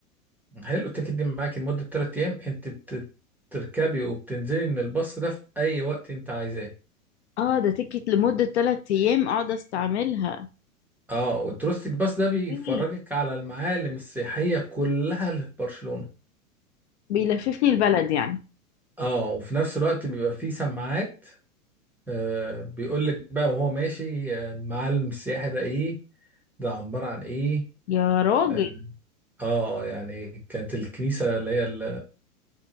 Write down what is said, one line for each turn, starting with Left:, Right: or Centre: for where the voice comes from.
Centre: حلو التيكت دي معاكي لمدة تلات أيام أنت بت- بتركبي وبتنزلي من الباص ده في أي وقت أنت عايزاه
Left: اه ده تيكت لمدة تلات أيام اقعد استعملها
Centre: اه وتروستيك باص ده بيفرجك
Left: إيه.
Centre: على المعالم السياحية كلها اللي في برشلونة
Left: بيلففني البلد يعني
Centre: اه وفي نفس الوقت بيبقى فيه سماعات آه بيقول لك بقى وهو ماشي آه، المعالم السياحي ده ايه ده عبارة عن ايه
Left: يا راجل
Centre: اه آه، يعني كانت الكنيسة اللي هي ال...